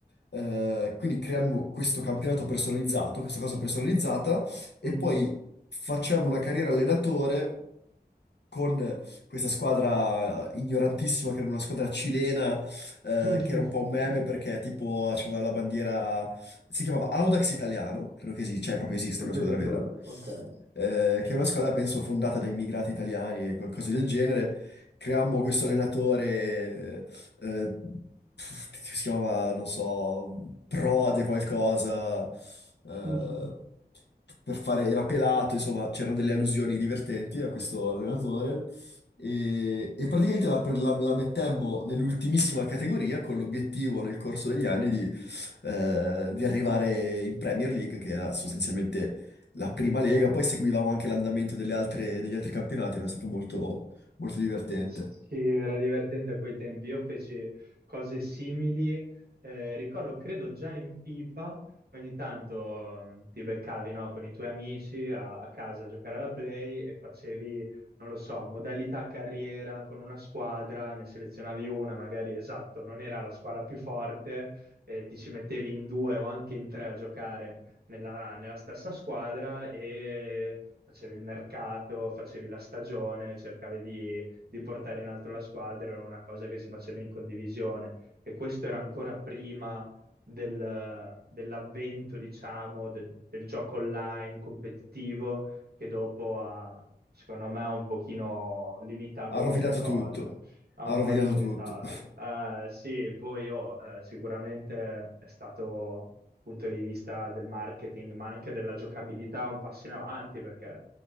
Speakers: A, on the left; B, on the right.
A: Eh, quindi creiamo questo campionato personalizzato, questa cosa personalizzata, e
B: Mhm.
A: poi facciamo una carriera allenatore con questa squadra eh, ignorantissima, che era una squadra cilena, eh,
B: <laughs>
A: che era un po' un meme perché tipo aveva la bandiera, si chiamava Audax Italiano, credo che esista, cioè proprio esiste,
B: Addirittura,
A: è una squadra vera
B: ok.
A: eh, che è una squadra, penso, fondata da immigrati italiani e co- cose del genere. Creammo questo allenatore, eh, eh, pff, che si chiamava, non so, Prode qualcosa, eh,
B: <laughs>
A: per fare, era pelato, insomma, c'erano delle allusioni divertenti a questo allenatore. E, e praticamente la, pre- la- la mettemmo nell'ultimissima categoria con l'obiettivo nel corso degli anni di, eh, di arrivare in Premier League, che era sostanzialmente la prima lega, poi seguivamo anche l'andamento delle altre- degli altri campionati, era stato molto, molto divertente.
B: Sì, era divertente a quei tempi. Io feci cose simili. eh, ricordo, credo già in FIFA, ogni tanto mm, ti beccavi, no, con i tuoi amici a, a casa a giocare alla Play e facevi, non lo so, modalità carriera con una squadra, ne selezionavi una, magari esatto, non era la squadra più forte, eh, ti ci mettevi in due o anche in tre a giocare nella nella stessa squadra e facevi il mercato, facevi la stagione, cercavi di di portare in alto la squadra, era una cosa che si faceva in condivisione e questo era ancora prima del- dell'avvento, diciamo, de- del gioco online competitivo che dopo ha, secondo me, un pochino limitato
A: Ha rovinato
B: queste cose.
A: tutto,
B: Ha
A: ha
B: un
A: rovinato
B: po' limitato.
A: tutto.
B: Eh, sì, poi oh, eh, sicuramente è stato punto di vista del marketing, ma anche della giocabilità, un passo in avanti, perché